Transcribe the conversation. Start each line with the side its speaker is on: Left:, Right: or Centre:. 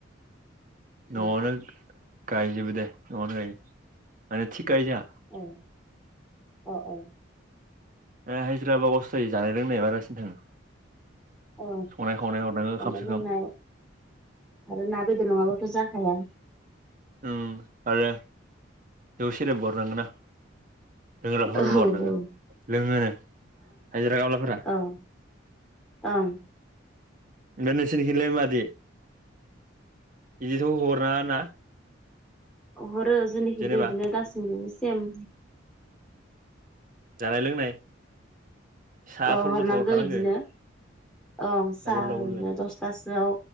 Right: न'आवनो
Centre: औ
Right: गायजोबो दे न'आवनो गायो माने थिग गायो जोंहा
Centre: औ अ औ
Right: ओ हाजिराबा लस जायो जानाय लोंनाय बारासिन थाङो
Centre: औ
Right: संनाय खावनाय हरनांगौ
Centre: जानाय
Right: ओंखाम सोखाम
Centre: लोंनाय आरो ना गोदो नङाबाथ' जाखाया
Right: औ आरो जौ सेरेब हरनांगोना लोंग्राफोरबो
Centre: औ ओं
Right: हरनांगौ लोङोनो हायजिरा खामलाफोरा
Centre: ओं ओं
Right: ओमफ्राय नोंसोरनिखिलाय मादै बिदिथ' हरनाङा ना
Centre: हरो जोंनिखिबो
Right: जेनेबा
Centre: इदिनो गासिनिखिबो सेम
Right: जानाय लोंनाय साहाफोरबोथ'
Centre: औ हरनांगौ
Right: हरखानांगो
Centre: इदिनो औ सा
Right: डाबल डाबलनो
Centre: होयो दसथासोआव